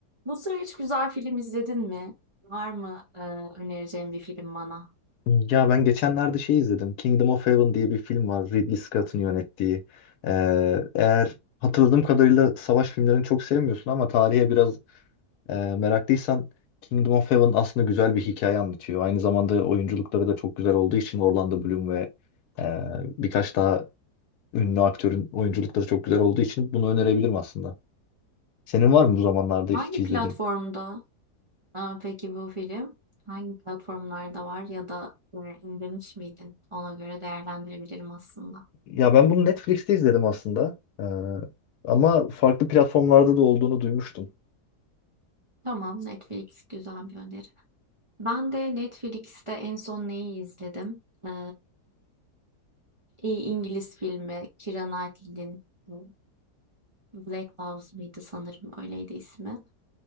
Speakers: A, on the right; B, on the left.
A: Bu sıra hiç güzel film izledin mi? Var mı e, önereceğin bir film bana?
B: Ya ben geçenlerde şey izledim. Kingdom of Heaven diye bir film var. Ridley Scott'ın yönettiği. Ee, eğer hatırladığım kadarıyla savaş filmlerini çok sevmiyorsun ama tarihe biraz e, meraklıysan Kingdom of Heaven aslında güzel bir hikaye anlatıyor. Aynı zamanda oyunculukları da çok güzel olduğu için Orlando Bloom ve e, birkaç daha ünlü aktörün oyunculukları çok güzel olduğu için bunu önerebilirim aslında. Senin var mı bu zamanlarda
A: Hangi
B: hiç izlediğin?
A: platformda e, peki bu film? Hangi platformlarda var ya da e, indirmiş miydin? Ona göre değerlendirebilirim aslında.
B: Ya ben bunu Netflix'te izledim aslında. Ee, ama farklı platformlarda da olduğunu duymuştum.
A: Tamam, Netflix güzel bir öneri. Ben de Netflix'te en son neyi izledim? E, iyi İngiliz filmi Keira Knightley'nin e, Black Loves mıydı sanırım öyleydi ismi.